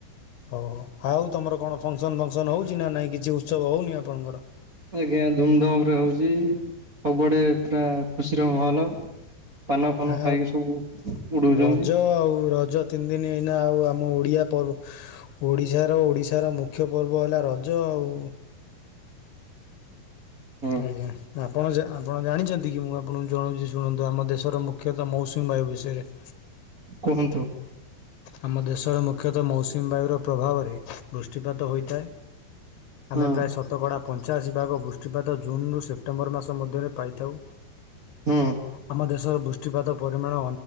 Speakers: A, on the left; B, on the right.
A: ଓ ହୋ, ଆଉ ତମର କଣ ଫଙ୍କସନ ଫଙ୍କସନ ହଉଛି ନା ନାଇଁ କିଛି ଉତ୍ସବ ହଉନି ଆପଣଙ୍କର?
B: ଆଜ୍ଞା ଧୁମଧାମ ରେ ହଉଛି ସବୁଆଡେ ପୁରା ଖୁସିର ମହଲ। ପାନ ଫାନ
A: ଆ
B: ଖାଇକି ସବୁ ଉଡଉଛନ୍ତି।
A: ରଜ ଆଉ ରଜ ତିନି ଦିନ ଏଇନା ଆଉ ଆମ ଓଡ଼ିଆ ପର୍ବ ଓଡ଼ିଶାର ଓଡ଼ିଶାର ମୁଖ୍ୟ ପର୍ବ ହେଲା ରଜ ରଜ ଆଉ।
B: ହଁ
A: ଆଜ୍ଞା, ଆପ ଆପଣ ଆପଣ ଜାଣିଛନ୍ତି କି? ମୁଁ ଆପଣଙ୍କୁ ଜଣାଉଛି ଶୁଣନ୍ତୁ ଆମ ଦେଶର ମୁଖ୍ୟତଃ ମୌସୁମୀ ବାୟୁ ବିଷୟରେ।
B: କୁହନ୍ତୁ?
A: ଆମ ଦେଶର ମୁଖ୍ୟତଃ ମୌସୁମୀ ବାୟୁର ପ୍ରଭାବରେ ବୃଷ୍ଟିପାତ ହୋଇଥାଏ।
B: ହଁ
A: ଆମେ ପ୍ରାୟ ଶତକଡ଼ା ପଞ୍ଚାଅଶୀ ଭାଗ ବୃଷ୍ଟିପାତ ଜୁନରୁ ସେପ୍ଟେମ୍ବର ମାସ ମଧ୍ୟରେ ପାଇଥାଉ।
B: ହଁ
A: ଆମ ଦେଶର ବୃଷ୍ଟ ବୃଷ୍ଟି ପାତ ପରିମାଣ